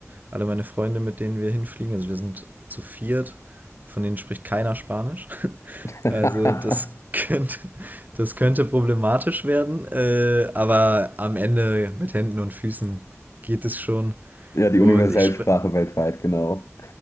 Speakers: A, on the right; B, on the left.
A: alle meine Freunde, mit denen wir hinfliegen, also wir sind zu viert, von denen spricht keiner Spanisch.
B: <laughs>
A: Also das <laughs> könnte, das könnte problematisch werden, äh, aber am Ende mit Händen und Füßen geht es schon.
B: Ja, die
A: Und
B: universelle
A: ich spreche,
B: Sprache weltweit, genau.